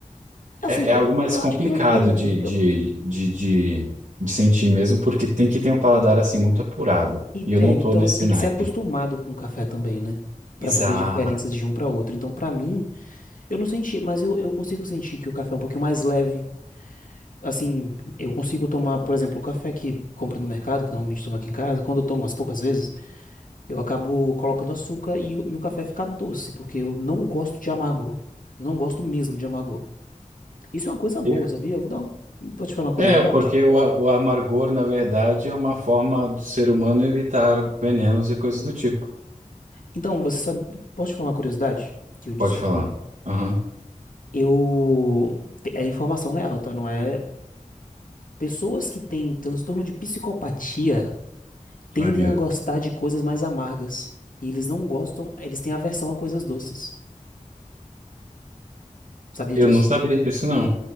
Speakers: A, on the left (about 80°); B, on the right (about 70°).
A: assim,
B: é, é
A: eu,
B: algo mais
A: eu
B: complicado
A: acho que eu entendo.
B: de,
A: Eu,
B: de, de, de, de sentir mesmo, porque tem que ter um paladar, assim, muito apurado.
A: e,
B: E eu
A: é,
B: não
A: então
B: tô nesse
A: tem
B: naipe.
A: que ser acostumado com o café também, né? Pra
B: Exato.
A: saber a diferença de um pra outro. Então, pra mim, eu não senti, mas eu, eu consigo sentir que o café é um pouquinho mais leve. Assim, eu consigo tomar, por exemplo, o café que compra no mercado, que normalmente tomo aqui em casa, quando eu tomo as poucas vezes. Eu acabo colocando açúcar e o meu café fica doce, porque eu não gosto de amargor. Eu não gosto mesmo de amargor. Isso é uma coisa boa,
B: Eu-
A: sabia? Eu vou dar um... Vou te falar uma curiosidade.
B: É, porque o, a- o amargor, na verdade, é uma forma do ser humano evitar venenos e coisas do tipo.
A: Então, você sabe... Posso te falar uma curiosidade que eu descobri?
B: Pode falar. Aham.
A: Eu... É informação real, tá? Não é... Pessoas que têm transtorno de psicopatia tendem
B: Ai, meu
A: a gostar de coisas mais amargas. E eles não gostam... Eles têm aversão a coisas doces. Sabia
B: Eu
A: disso?
B: não sabia disso, não.